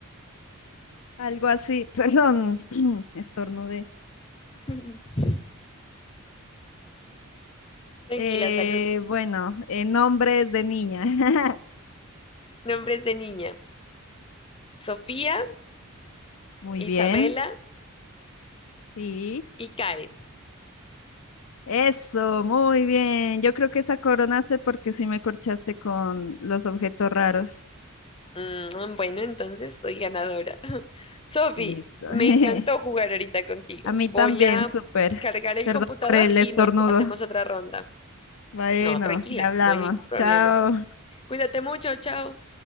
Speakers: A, on the left; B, on the left.
A: algo así, <laughs> perdón, <clears throat> estornudé.
B: <laughs> Tranquila,
A: Eh,
B: salud.
A: bueno, eh, nombres de niña. <laughs>
B: Nombres de niña. Sofía,
A: Muy bien.
B: Isabela
A: Sí.
B: y Karen.
A: Eso, muy bien. Yo creo que esa coronaste porque sí me corchaste con los objetos raros.
B: Mm, bueno, entonces soy ganadora. <laughs> Sofi,
A: Listo.
B: me
A: <laughs>
B: encantó jugar ahorita contigo.
A: A mí
B: Voy
A: también,
B: a
A: súper.
B: cargar el
A: Perdón
B: computador
A: por el
B: y
A: estornudo.
B: nos hacemos otra ronda.
A: Bueno,
B: No, tranquila,
A: ya hablamos.
B: no hay ningún problema.
A: Chao.
B: Cuídate mucho, chao.